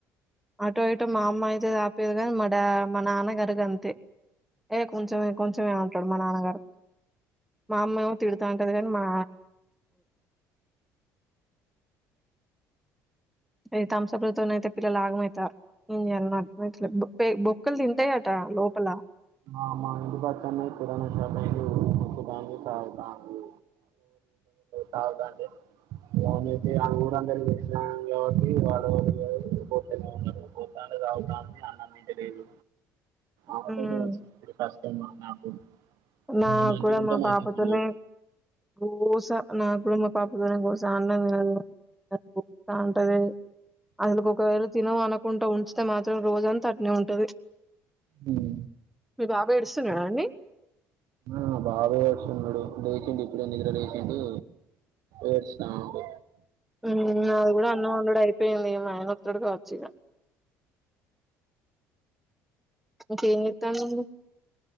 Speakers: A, in the centre; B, on the right.
A: అటో ఇటో మా అమ్మ అయితే తాపీయదు, కాని మా డా మా నాన్నగారు అంతే ఏ కొంచెం కొంచెం ఏమంటాడు మా నాన్నగారు మా అమ్మ ఏమో తిడుతాంటది కాని మా అయితే తంసపులతోన అయితే పిల్లలు ఆగమైతారు ఏం జేయలనో అర్త్ కాదు పైకి బో క్కల్ తింటాయట లోపల
B: ఆ మా ఇంటి పక్కన కిరాణ షాపు <unintelligible> తాగుతాంది తగుతాంటేనయితే ఊరందరికి చేసినాం కాబట్టి వాళ్ళ పోస్తనే ఉన్నారు పోత్తాంటే తాగుతాంది అన్నం తింటలేదు. ఆపినెన్స్
A: హ్మ్
B: ఫస్ట్ టైం నాకు
A: నా
B: ఆమె మంచిగుంటే
A: గూడ మా బాబుతోనే
B: మంచిగుండు
A: గోస నాకు గూడ మా పాపతోనే గోస అన్నం తినదు, అట్ తిప్ప తా ఉంటది అది ఒకవేళ తినమనుకుంటే ఉంచితే మాత్రం రోజంతా అట్నే ఉంటది.
B: హ్మ్
A: మీ బాబు ఏడుస్తున్నాడా అండి
B: ఆ బాబు ఏడుస్తున్నడు లేచిండి ఇప్పుడే నిద్ర లేచిండు ఏడుస్తాండు.
A: మ్మ్ నాది గుడ అన్నం వండుడు అయిపోయింది మా ఆయన ఒత్తడు కావచ్చు ఇగ ఇంకేం చేతాండు అండి